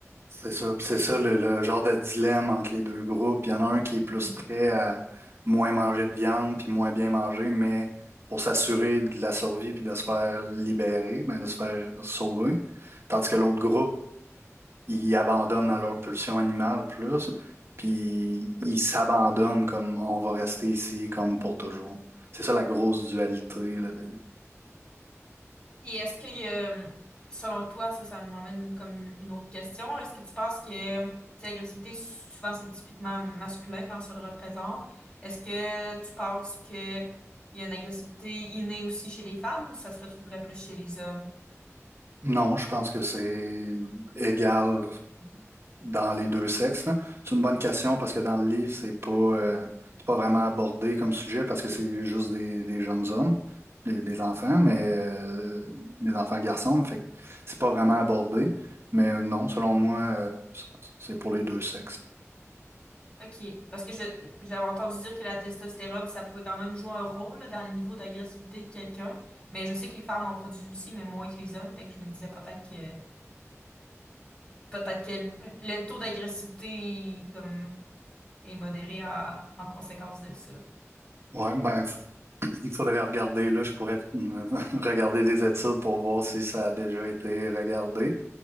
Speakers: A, on the right; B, on the left.
A: C'est ça, Puis c'est ça le, le genre de dilemme entre les deux groupes. Il y en a un qui est plus
B: Mhm.
A: prêt à moins manger de viande puis moins bien manger, mais pour s'assurer de la survie puis de se faire libérer, ben de se faire sauver. Tandis que l'autre groupe ils abandonnent à leur pulsion animale plus, puis ils s'abandonnent comme on va rester ici comme pour toujours. C'est ça la grosse dualité là-dedans.
B: Et est-ce que, euh, selon toi, ça, ça m'amène comme une autre question. Est-ce que tu penses que, tu sais, l'agressivité, souvent, c'est typiquement masculin quand ça le représente. Est-ce que tu penses que il y a une agressivité innée aussi chez les femmes ou ça se retrouverait plus chez les hommes?
A: Non, je pense que c'est égal. dans les deux sexes, là. C'est une bonne question parce que dans le livre, c'est pas, euh, c'est pas vraiment abordé comme sujet parce que c'est juste des, des jeunes hommes, des, des enfants, mais euh, des enfants garçons, mais fait que c'est pas vraiment abordé. Mais euh, non, selon moi, euh, c- c'est pour les deux sexes.
B: OK. Parce que je j'avais entendu dire que la testostérone, ça pouvait quand même jouer un rôle là, dans les niveaux d'agressivité de quelqu'un. Mais je sais que les femmes en produisent aussi, mais moins que les hommes. Fait que je me disais peut-être que peut-être que le le taux d'agressivité comme est modéré en, en conséquence de ça.
A: Ouais, ben, f- il faudrait regarder, là, je pourrais euh, <laughs> regarder des études pour voir si ça a déjà été regardé,